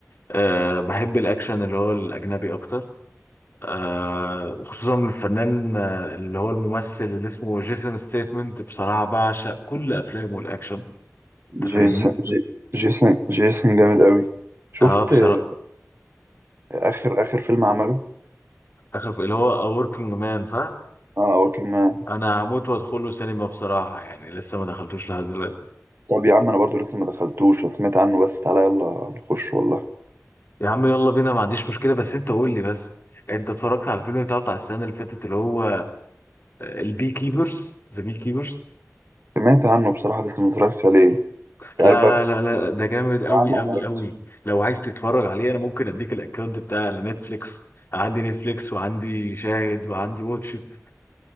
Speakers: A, on the left (about 45°); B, on the right (about 45°).
A: آه بحب الاكشن اللي هو الاجنبي اكتر آه وخصوصا الفنان آه، اللي هو الممثل اللي اسمه جيسون ستيتمنت بصراحة بعشق كل أفلامه الأكشن أنت فاهمني؟
B: جيسون جي- جيسون جيسون جامد قوي شفت
A: اه بصراحة
B: آه، اخر اخر فيلم عمله
A: آخر في- اللي هو A Working Man صح؟
B: اه وركينج مان
A: أنا هموت وأدخله سينما بصراحة يعني لسه ما دخلتوش لحد دلوقتي
B: طب يا عم انا برضو لسه ما دخلتوش أنا سمعت عنه بس تعالى يلا نخش والله
A: يا عم يلا بينا ما عنديش مشكلة بس أنت قول لي بس أنت اتفرجت على الفيلم بتاعه بتاع السنة اللي فاتت اللي هو البي كيبرز ذا بي كيبرز
B: سمعت عنه بصراحة بس ما اتفرجتش عليه
A: لا
B: عارف بقى كنت
A: لا لا لا ده جامد
B: سامع
A: قوي
B: عنه
A: قوي
B: وما عرفتش
A: قوي لو عايز تتفرج عليه انا ممكن اديك الاكونت بتاع نتفليكس عندي نتفليكس وعندي شاهد وعندي واتشت